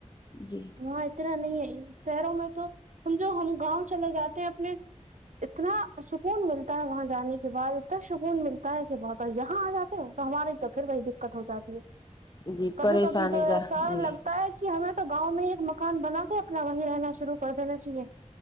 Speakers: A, on the left; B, on the right.
A: جی
B: وہاں اتنا نہیں ہے شہروں میں تو ہم جو ہم گاؤں چلے جاتے ہیں اپنے اتنا سکون ملتا ہے وہاں جانے کے بعد اتنا سکون ملتا ہے کہ بہت یہاں آ جاتے ہیں تو ہماری تو پھر وہی دقت ہو جاتی ہے
A: جی
B: کبھی
A: پریشانی
B: کبھی تو
A: جا
B: ایسا
A: جی
B: لگ تا ہے کہ ہمیں تو گاؤں میں ایک مکان بنا کے اپنا وہیں رہنا شروع کر دینا چاہیے